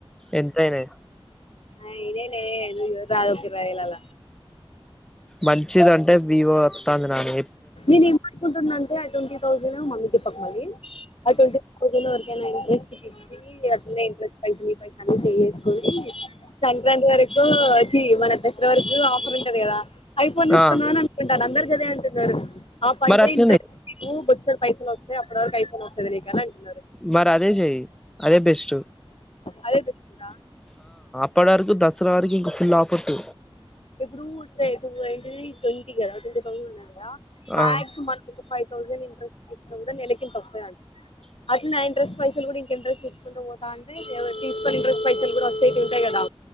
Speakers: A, in the centre; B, on the left.
A: ఎంతయినయ్?
B: అయినాయి లే <unintelligible> ఇరువై వేళల
A: మంచిది అంటే వివో వత్తాంది నాదే
B: నేనేం అనుకుంటున్నా అంటే ఆ ట్వంటీ థౌసండ్ మమ్మీకు చెప్పకు మళ్ళీ, ఆ ట్వంటీ థౌసండ్ వర కేనా ఇంట్రెస్ట్కి ఇచ్చి అట్నే ఇంట్రెస్ట్ పై పైసా అని సేవ్ చేసుకోనీ సంక్రాంతి వర అపుడు చి మన దసరా వరకు ఆఫర్ ఉంటది కదా ఐఫోన్ తీసుకున్న
A: ఆ
B: అని అనుకుంటాన అందరు గదే అంటున్నరు ఆ పని
A: మరి అట్లనే
B: ఇంట్రెస్ట్ పైసలు వస్తాయి అప్పటి వరకు ఐఫోన్ వస్తది నీకు అని అంటున్నారు.
A: మరి అదే చెయ్యి అదే బెస్ట్
B: అదే తీసుకున్న
A: అప్పడి వరకు దసరా వరకు ఇంక ఫుల్ ఆఫర్స్
B: ఇప్పుడూ తె టూ ఏంటిది ట్వంటీ కదా ట్వంటీ థౌసండ్ వున్నా గదా మాక్స్
A: ఆ
B: మనోకక ఫైవ్ తౌసండ్ ఇంట్రెస్ట్ పెట్టిన కూడ నెలకింత వస్తాయ
A: అ <unintelligible>
B: అట్లా నా ఇంట్రస్ట్ పైసలు కూడా ఇంక ఇంట్రెస్ట్ ఇచ్చుకుంట పోతాంటే, ఏవ తీసుకొని ఇంట్రెస్ట్ పైసలు గూడ ఓచ్చయిటివి ఉంటయి క.